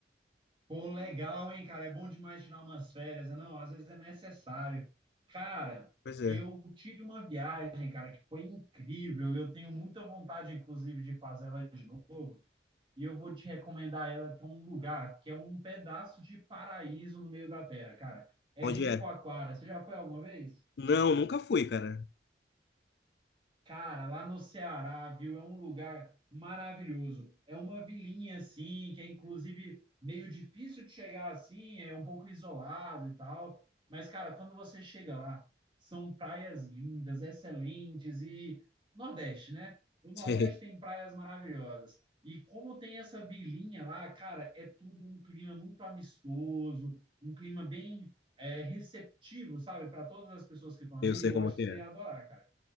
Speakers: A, on the right; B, on the left.
A: Pô, legal, hein, cara? É bom demais tirar umas férias. né? Não, às vezes é necessário. Cara,
B: Pois é.
A: eu tive uma viagem, cara, que foi incrível. Eu tenho muita vontade, inclusive, de fazer ela de novo. E eu vou te recomendar ela, que é um lugar, que é um pedaço de paraíso no meio da terra, cara. É
B: Onde
A: Jericoacoara.
B: é?
A: Você já foi alguma vez?
B: Não, nunca fui, cara.
A: Cara, lá no Ceará, viu? É um lugar maravilhoso. É uma vilinha assim, que é inclusive meio difícil de chegar assim, é um pouco isolado e tal. Mas, cara, quando você chega lá, são praias lindas, excelentes e Nordeste, né? O Nordeste
B: <laughs> Sei,
A: tem praias maravilhosas. E como tem essa vilinha lá, cara, é tudo um clima muito amistoso, um clima bem é, receptivo, sabe? Para todas as pessoas que estão ali,
B: eu sei
A: eu
B: como
A: acho
B: é que
A: que você
B: é.
A: ia adorar, cara.